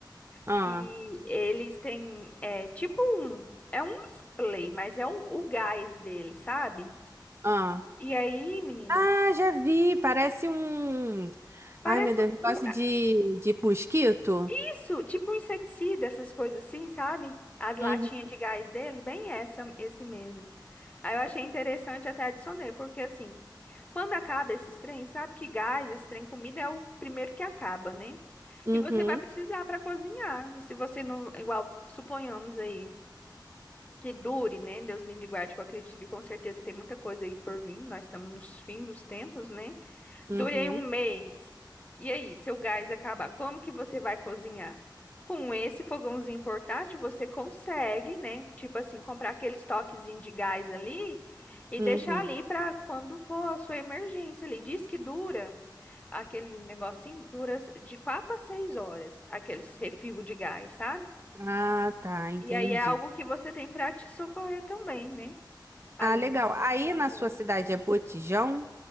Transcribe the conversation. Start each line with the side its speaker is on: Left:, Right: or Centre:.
Right: ah,
Left: que eles têm, é tipo um, é um display, mas é um, o gás dele, sabe?
Right: ah.
Left: E aí, menina,
Right: Ah, já vi! Parece um.
Left: parece
Right: Ai, meu Deus, negócio
Left: um.
Right: de, de mosquito.
Left: Isso, tipo um inseticida, essas coisas assim, sabe? As latinhas
Right: Uhum,
Left: de gás dele, bem essa, esse mesmo. Aí eu achei interessante, até adicionei, porque assim, quando acaba esses trem, sabe que gás, esse trem comida é o primeiro que acaba, né?
Right: uhum,
Left: E você vai precisar para cozinhar. E se você não, igual, suponhamos aí, que dure, né? Deus livre e guarde, que eu acredito que com certeza tem muita coisa aí por vir, nós estamos nos fins dos tempos, né?
Right: uhum,
Left: Durei um mês. E aí, seu gás acabar, como que você vai cozinhar? Com esse fogãozinho portátil, você consegue, né? Tipo assim, comprar aqueles toquezinhos de gás ali e
Right: uhum.
Left: deixar ali para quando for a sua emergência ali. Diz que dura, aquele negocinho dura de quatro a seis horas, aqueles refil de gás, sabe?
Right: Ah, tá, entendi.
Left: E aí é algo que você tem para te socorrer também, né? Ali
Right: Ah, legal.
Left: no momento
Right: Aí
Left: dos apuros.
Right: na sua cidade é Botijão?